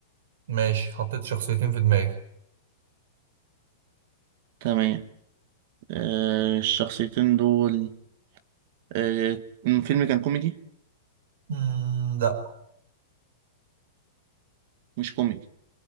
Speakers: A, on the right; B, on the right.
A: ماشي حطيت شخصيتين في دماغي
B: تمام آه، الشخصيتين دول آه، الفيلم كان كوميدي
A: مم، لا
B: مش كوميدي